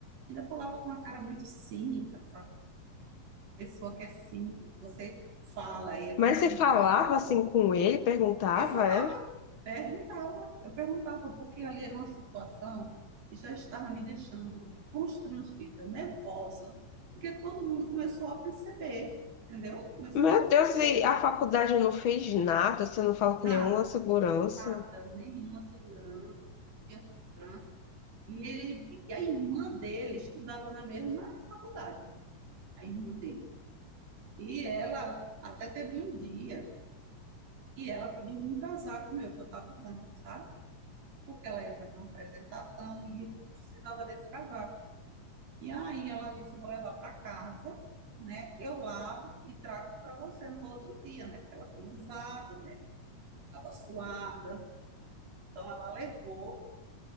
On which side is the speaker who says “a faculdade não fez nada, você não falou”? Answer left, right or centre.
Left